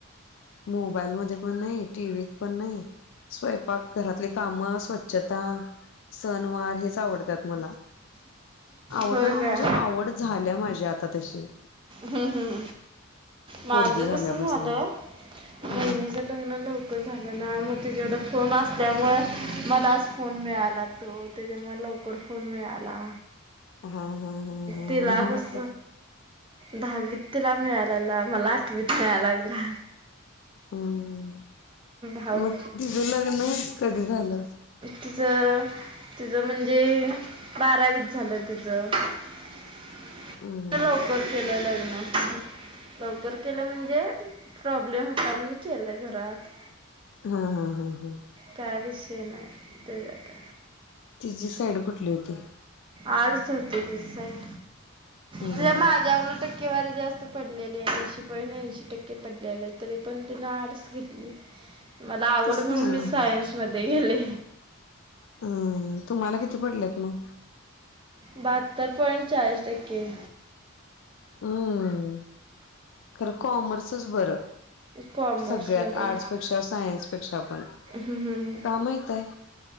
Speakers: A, on the left; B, on the right.
A: मोबाईल मध्ये पण नाही टीव्हीत पण नाही, स्वयंपाक घरातली काम स्वच्छता सणवार हेच आवडत्यात मला, आवडत्यात
B: होय काय
A: म्हणजे आवड झाल्या माझी आता. तशी.
B: हम हम
A: पोरगी
B: माझं
A: झाल्यापासन
B: कस झालं
A: हम्म
B: बहिणीच लग्न लवकर झालं ना मग तिच्याकड फोन असल्यामुळे मलाच फोन मिळाला तो. त्याच्यामुळे लवकर फोन मिळाला
A: हा हा हा हा
B: तिला
A: हा
B: कस
A: असं
B: दहावीत तिला मिळालेला मला आठवीत मिळाय लागला.
A: हम
B: भाऊ
A: मग तिझं लग्न कधी झालं?
B: तिज तिज म्हणजे बारावीच झालं तिचं. <inaudible>
A: हम्म
B: लवकर केलं लग्न. लवकर केलं म्हणजे प्रॉब्लेम होता म्हणून केलं घरात.
A: हा हा हा हा.
B: काय विषय नाही ते का.
A: तीजी साईड कुठली होती?
B: आर्ट्स होती तिची साईड,
A: हम्म
B: खरं माझ्यावरन टक्केवारी जास्त पड लेले ऐंशी पॉईट ऐंशी टक्के पडलेले तरी पण तिन आर्ट्स घेतली. मला आवड
A: तसं
B: म्हणून
A: काय
B: मी
A: नाही
B: सायन्स मध्ये गेले.
A: आ तुम्हाला किती पडलेत मग?
B: बाहत्तर पॉइंट चाळीस टक्के.
A: हम्म. खरं कॉमर्सच बरं
B: कॉमर्समध्ये
A: सगळ्यात आर्ट्सपेक्षा, सायन्सपेक्षा पण.
B: हू हू हू.
A: का माहित आहे?